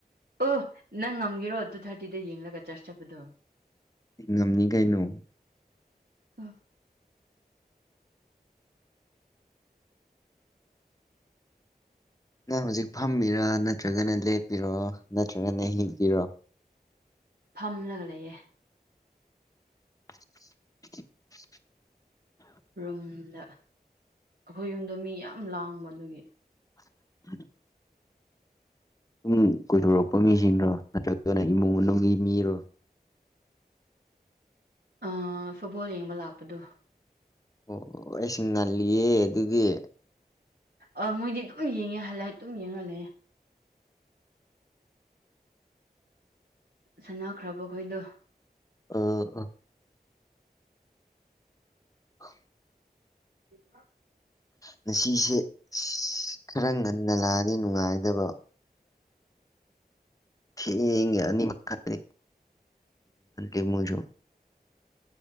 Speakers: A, on the right; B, on the left.
A: ꯑꯣ ꯅꯪ ꯉꯝꯒꯦꯔꯣ ꯇꯨ ꯊꯥꯔꯇꯤꯗ ꯌꯦꯡꯂꯒ ꯆꯥꯁ ꯆꯠꯄꯗꯣ
B: ꯉꯝꯅꯤ ꯀꯩꯅꯣ
A: ꯑꯔꯦ
B: ꯅꯪ ꯍꯧꯖꯤꯛ ꯐꯝꯕꯤꯔꯥ ꯅꯠꯇ꯭ꯔꯒꯅ ꯂꯦꯞꯄꯤꯔꯣ ꯅꯠꯇ꯭ꯔꯒꯅ ꯍꯤꯡꯕꯤꯔꯣ
A: ꯐꯝꯂꯒ ꯂꯩꯌꯦ
B: <inaudible>
A: ꯔꯨꯝꯗ ꯑꯩꯈꯣꯏ ꯌꯨꯝꯗꯣ ꯃꯤ ꯌꯥꯝ ꯂꯥꯡꯕ ꯑꯗꯨꯒꯤ
B: ꯑ ꯁꯨꯡ ꯀꯣꯏꯊꯣꯔꯛꯄ ꯃꯤꯁꯤꯡꯗꯣ ꯅꯠꯇ꯭ꯔꯒꯅ ꯏꯃꯨꯡ ꯃꯅꯨꯡꯒꯤ ꯃꯤꯔꯣ
A: ꯑ ꯐꯨꯠꯕꯣꯜ ꯌꯦꯡꯕ ꯂꯥꯛꯄꯗꯣ
B: ꯑꯣ ꯑꯩꯁꯤꯡ ꯉꯜꯂꯤꯌꯦ ꯑꯗꯨꯒꯤ
A: ꯑ ꯃꯣꯏꯗꯤ ꯑꯗꯨꯝ ꯌꯦꯡꯉꯦ ꯍꯜꯂ ꯑꯗꯨꯝ ꯌꯦꯡꯍꯜꯂꯦ ꯁꯥꯟꯅꯈ꯭ꯔꯕ ꯈꯣꯏꯗꯣ
B: ꯑ ꯑ ꯑꯣ
A: ꯌꯦ
B: ꯉꯁꯤꯁꯦ ꯑ ꯈꯔ ꯉꯟꯅ ꯂꯥꯛꯑꯗꯤ ꯅꯨꯡꯉꯥꯏꯗꯕ ꯊꯦꯡ ꯑꯅꯤ ꯃꯈꯥꯏ ꯏꯃꯃꯨꯁꯨꯣ